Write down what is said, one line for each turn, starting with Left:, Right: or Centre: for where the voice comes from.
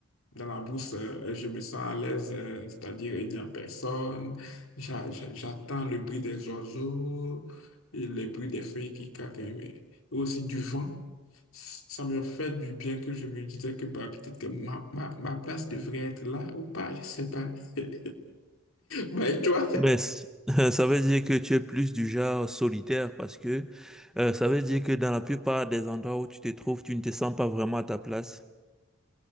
Left: Dans la brousse, euh, je me sens à l'aise, euh, c'est-à-dire il n'y a personne. J'a- j'a- J'attends le bruit des oiseaux et le bruit des feuilles qui craquent, mais aussi du vent. Ça me fait du bien que je me disais que bah, peut-être que ma, ma, ma place devrait être là ou pas, je sais pas. <laughs> Bah, et toi?
Centre: Ben, c- <laughs> ça veut dire que tu es plus du genre solitaire parce que euh, ça veut dire que dans la plupart des endroits où tu te trouves, tu ne te sens pas vraiment à ta place.